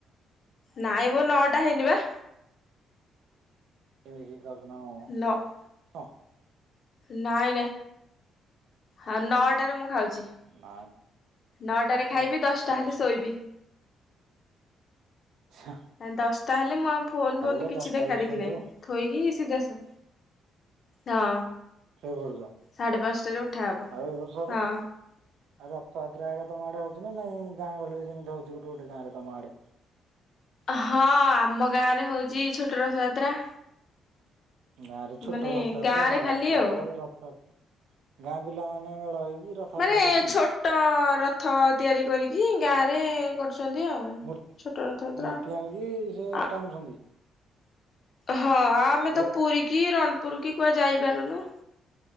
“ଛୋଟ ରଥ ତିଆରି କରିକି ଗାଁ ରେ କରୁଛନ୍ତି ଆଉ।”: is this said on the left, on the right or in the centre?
Left